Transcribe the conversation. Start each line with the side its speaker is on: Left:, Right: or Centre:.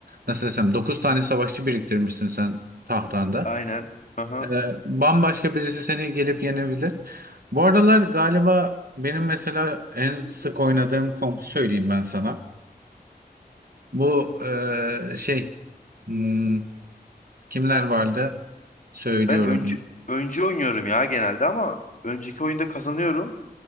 Right: nasıl desem 9 tane savaşçı biriktirmişsin sen tahtanda.
Left: Aynen. Hı hı.
Right: E, bambaşka birisi seni gelip yenebilir. Bu aralar galiba benim mesela en sık oynadığım kompu söyleyeyim ben sana. Bu e, şey hmm, kimler vardı? Söylüyorum.
Left: Ben öncü, öncü oynuyorum ya genelde ama önceki oyunda kazanıyorum.